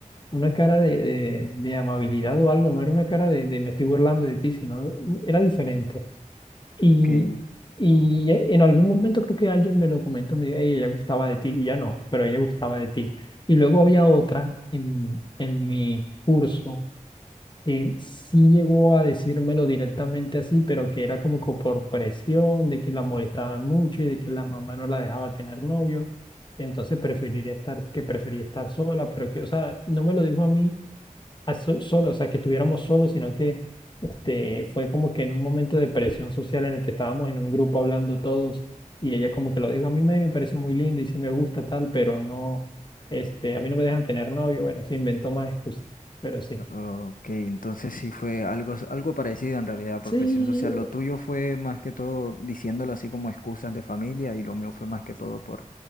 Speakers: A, on the left (about 35°); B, on the left (about 85°).
A: una cara de, de, de amabilidad o algo, no era una cara de, de me estoy burlando de ti, sino era diferente. Y,
B: ok.
A: y en algún momento creo que alguien me lo comentó, me dijo, "Ey, ella gustaba de ti, y ya no, pero ella gustaba de ti. Y luego había otra en, en mi curso que sí llegó a decírmelo directamente así, pero que era como que por presión, de que la molestaban mucho y de que la mamá no la dejaba tener novio. Entonces preferiría estar, que prefería estar sola, pero que, o sea, no me lo dijo a mí a so- solo, o sea, que estuviéramos solos, sino que este, fue como que en un momento de presión social en el que estábamos en un grupo hablando todos y ella como que lo dijo, a mí me, me parece muy lindo y sí me gusta tal, pero no, este, a mí no me dejan tener novio, bueno, se inventó más excusas, pero sí.
B: Ok, entonces sí fue algo, algo parecido en realidad por
A: Sí,
B: presión social. Lo tuyo fue más que todo diciéndolo así como excusas de familia y lo mío fue más que todo por,